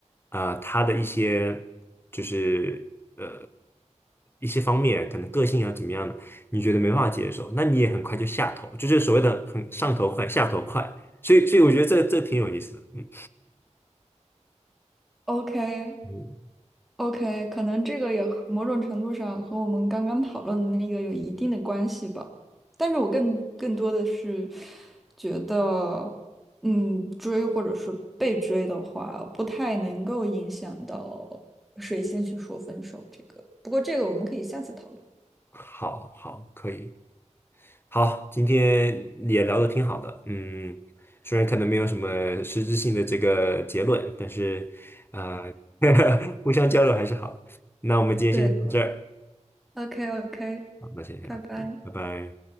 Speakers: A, on the left; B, in the centre.
A: 呃，他的一些就是呃一些方面，可能个性啊怎么样的，你觉得没办法接受，那你也很快就下头，就是所谓的很上头快，下头快。所以，所以我觉得这这挺有意思的，嗯
B: OK，
A: 嗯，
B: OK，可能这个也和某种程度上和我们刚刚讨论的那个有一定的关系吧，但是我更更多的是觉得，嗯，追或者是被追的话，不太能够影响到谁先去说分手这个。不过这个我们可以下次讨论。
A: 好好可以。好，今天也聊得挺好的，嗯，虽然可能没有什么实质性的这个结论，但是啊，呃 <laughs> 互相交流还是好的那我们今天先到这儿，
B: 对，OK OK，
A: 好，那先这样，
B: 拜拜。
A: 嗯，拜拜。